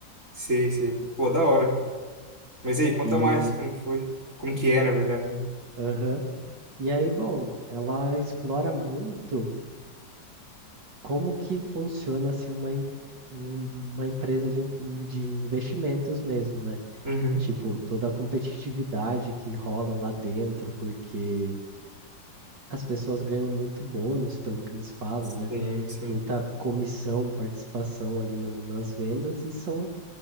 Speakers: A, on the right; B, on the right.
A: Sei, sei. Pô, da hora. Mas aí, conta
B: E,
A: mais como que foi. Como que é, na verdade. né?
B: aham. E aí, bom, ela explora muito como que funciona assim uma, em- um- uma empresa de, inf- de investimentos mesmo, né?
A: Uhum.
B: Tipo, toda a competitividade que rola lá dentro, porque As pessoas ganham muito bônus pelo que eles falam,
A: Sim,
B: né?
A: sim.
B: Muita comissão, participação ali na- nas vendas e são